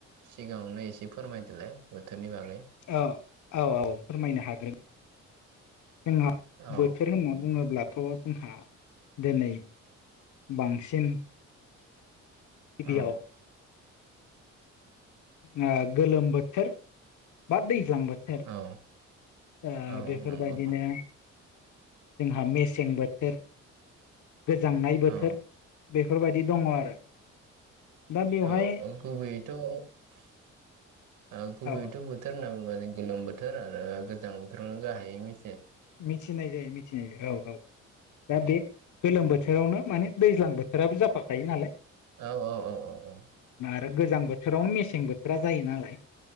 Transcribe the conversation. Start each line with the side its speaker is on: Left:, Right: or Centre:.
Right: सिगाङावनो एसे फोरमायदोलाय बोथोरनि बागै।
Left: औ औ औ फोरमायनो हागोन। जोंहा
Right: औ
Left: बोथोर होनना बुङोब्लाथ' जोंहा दोनै बांसिन गिबियाव
Right: औ
Left: ओ गोलोम बोथोर बा दैज्लां बोथोर
Right: औ।
Left: ओ
Right: औ
Left: बेफोरबायदिनो
Right: नंगौ
Left: जोंहा मेसें बोथोर गोजांनाय बोथोर
Right: औ
Left: बेफोरबायदि दङ आरो। दा बेवहाय
Right: औ ओ गुबैयैथ' ओ गुबैयैथ'
Left: औ औ
Right: बोथ बोथोर होनना बुंबा जों गोलोम बोथोर आरो गोजां बोथोरावनो गाहायै मि
Left: मिथिनाय जायो मिथिनाय औ औ औ दा बे गोलोम बोथोरावनो माने दैज्लां बोथोराबो जाफाखायो नालाय
Right: औ औ औ औ औ।
Left: दा गोजां बोथोरावनो मेसें बोथोरा जायो नालाय